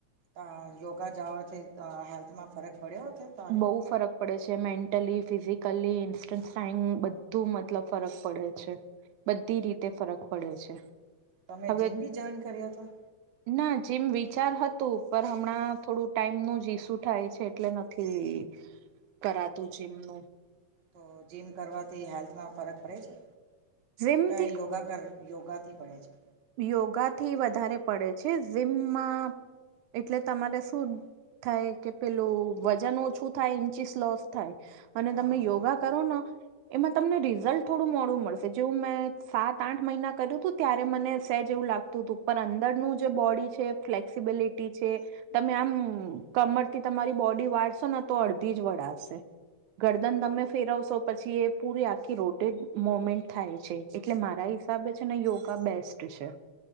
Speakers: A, on the right; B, on the right.
A: ત યોગા જાવાથી હેલ્થમાં ફરક પડ્યો હતો. તારે
B: બવ ફરક પડે છે મેન્ટલી ફિઝિકલી ઇન્સ્ટન્ટ <unintelligible> બધું મતલબ ફરક પડે છે. બધી રીતે ફરક પડે છે.
A: તમે
B: હવે
A: જીમ બી જોઈન કર્યા હતો.
B: ના જેમ વિચાર હતું પર હમણાં થોડું ટાઈમનું જ ઈસુ થાય છે એટલે ન થી કરાતું જીમનું.
A: તો જીમ કરવાથી હેલ્થમાં ફરક પડે છે
B: જીમથી
A: કે યોગા કર યોગાથી પડે છે.
B: યોગા થી વધારે પડે છે જીમ માં એટલે તમારે શું થાય કે પેલું વજન ઓછું થાય ઇન્ચીસ લોસ થાય. અને
A: હા
B: તમે યોગા
A: હા હા.
B: કરો ને. એમાં તમને રિઝલ્ટ થોડું મોડું મળશે જેવું મેં સાત આઠ મહિના કર્યું હતું ત્યારે મને સેજ એવું લાગતું હતું પણ અંદરનું જે બોડી છે ફ્લેક્સિબિલિટી છે. તમે આમ કમરથી તમારી બોડી વાળશો ને તો અડધી જ વળાસે. ગરદન તમે ફેરવશો પછી એ પૂરી આખી રોટેડ મોમેન્ટ થાય છે. એટલે મારા હિસાબે છે ને યોગા બેસ્ટ છે.